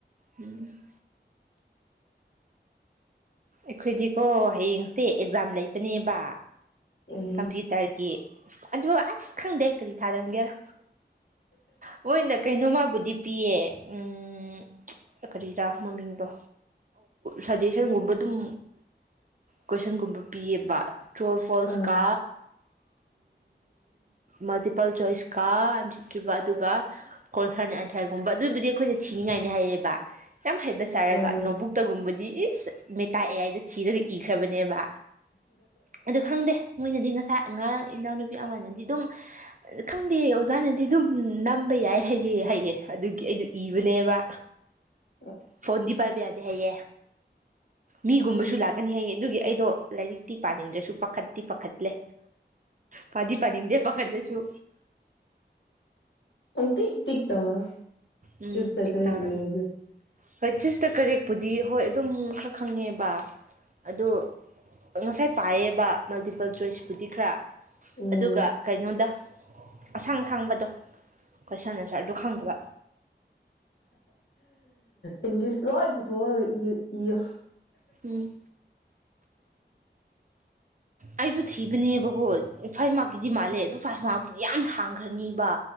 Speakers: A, on the right; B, on the left.
A: ꯎꯝ ꯑꯩꯈꯣꯏꯗꯤꯀꯣ ꯍꯌꯦꯡꯁꯦ ꯑꯦꯛꯖꯥꯝ ꯂꯩꯕꯅꯦꯕ
B: ꯎꯝ
A: ꯀꯝꯄ꯭ꯌꯨꯇꯔ ꯀꯤ ꯑꯗꯨ ꯑꯁ ꯈꯪꯗꯦ ꯀꯔꯤ ꯊꯥꯔꯝꯒꯦꯔꯥ ꯃꫭꯏꯅ ꯀꯩꯅꯣꯃꯕꯨꯗꯤ ꯄꯤꯌꯦ ꯎꯝ ꯀꯔꯤꯔꯥ ꯃꯃꯤꯡꯗꯣ ꯁꯖꯦꯁꯟꯒꯨꯝꯕ ꯑꯗꯨꯝ ꯀꯣꯏꯁꯟꯒꯨꯝꯕ ꯄꯤꯌꯦꯕ ꯇ꯭ꯔꯨꯎ ꯑꫭꯔ ꯐꯣꯜꯁꯀ
B: ꯑꯥ
A: ꯃꯜꯇꯤꯄꯜ ꯆꯣꯏꯁꯀ ꯌꯥꯝ <unintelligible> ꯁꯤꯠꯈꯤꯕ ꯑꯗꯨꯒ ꯀꯣꯏꯈꯔ ꯑꯟꯊꯔꯒꯨꯝꯕ <unintelligible> ꯑꯗꯨꯕꯨꯗꯤ ꯑꯩꯈꯣꯏꯅ ꯊꯤꯅꯤꯡꯉꯥꯏꯅꯤ ꯍꯥꯏꯌꯦꯕ ꯌꯥꯝ ꯍꯩꯁ ꯆꯔꯒ
B: ꯑꯥ
A: ꯅꯣꯕꯨꯛꯇꯒꯨꯝꯕꯗꯤ ꯏꯁ ꯃꯦꯇ ꯑ‌ꯦ ꯑꯥꯏꯗ ꯊꯤꯔꯒ ꯏꯈ꯭ꯔꯕꯅꯦꯕ ꯑꯗꯨ ꯈꯪꯗꯦ ꯃꯣꯏꯅꯗꯤ ꯉꯁꯥꯏ ꯉꯔꯥꯡ ꯏꯅꯥꯎꯅꯨꯄꯤ ꯑꯃꯅꯗꯤ ꯑꯗꯨꯝ ꯈꯪꯗꯦ ꯑꯣꯖꯥꯅꯗꯤ ꯑꯗꯨꯝ ꯅꯝꯕ ꯌꯥꯏ ꯍꯩꯌꯦ ꯍꯩꯌꯦ ꯑꯗꯨꯒꯤ ꯑꯩꯅ ꯏꯕꯅꯦꯕ
B: <inaudible>
A: ꯐꯣꯟꯗꯤ ꯄꯥꯏꯕ ꯌꯥꯗꯦ ꯍꯥꯏꯌꯦ ꯃꯤꯒꯨꯝꯕꯁꯨ ꯂꯥꯛꯀꯅꯤ ꯍꯥꯏꯌꯦ ꯑꯗꯨꯒꯤ ꯑꯩꯗꯣ ꯂꯥꯏꯔꯤꯛꯇꯤ ꯄꯥꯅꯤꯡꯗ꯭ꯔꯁꯨ ꯄꯥꯈꯠꯇꯤ ꯄꯥꯈꯠꯂꯦ ꯄꯗꯤ ꯄꯅꯤꯗꯦ ꯄꯈꯠꯂꯁꯨ
B: ꯄꯪꯇꯤꯛ ꯇꯤꯛ ꯇꯧꯋꯥ
A: ꯎꯝ
B: ꯆꯨꯁ
A: ꯇꯤꯛ
B: ꯀꯔꯤ
A: ꯇꯥꯔꯝꯃꯦ
B: ꯏꯔꯁꯨ
A: ꯍꯣꯏ ꯆꯨꯁꯇ ꯀꯔꯦꯛꯄꯨꯗꯤ ꯍꯣꯏ ꯑꯗꯨꯝ ꯈꯔ ꯈꯪꯉꯦꯕ ꯑꯗꯣ ꯉꯁꯥꯏ ꯄꯥꯏꯌꯦꯕ ꯃꯜꯇꯤꯄꯜ ꯆꯣꯏꯁꯄꯨꯗꯤ ꯈꯔ
B: ꯎꯝ
A: ꯑꯗꯨꯒ ꯀꯩꯅꯣꯗ ꯑꯁꯥꯡ ꯑꯁꯥꯡꯕꯗꯣ ꯀꯣꯏꯁꯟ ꯑꯟꯁꯔ ꯑꯗꯨ ꯈꯪꯗꯕ
B: ꯏꯪꯂꯤꯁ ꯂꯣꯏ ꯄꯨꯊꯣꯛꯑꯒ ꯏꯌꯣ
A: ꯎꯝ ꯑꯩꯗꯣ ꯊꯤꯕꯅꯦꯕꯀꯣ ꯐꯥꯏꯚ ꯃꯥꯛꯀꯤꯗꯤ ꯃꯥꯜꯂꯦ ꯑꯗꯨ ꯐꯥꯏꯚ ꯃꯥꯛꯀꯤꯗꯤ ꯌꯥꯝ ꯁꯥꯡꯈ꯭ꯔꯅꯤꯕ